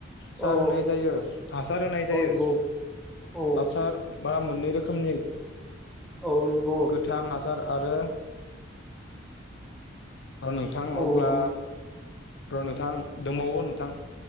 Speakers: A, on the left; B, in the centre.
A: सार
B: औ
A: होनाय जायो हासार होनाय
B: औ
A: जायो।
B: नंगौ औ
A: हासार बा मोननै रोखोमनि
B: औ नंगौ
A: गोथां हास सार आरो अ नोंथां
B: औ
A: अब्ला
B: औ
A: र' नोंथां दोंबावो नोंथां।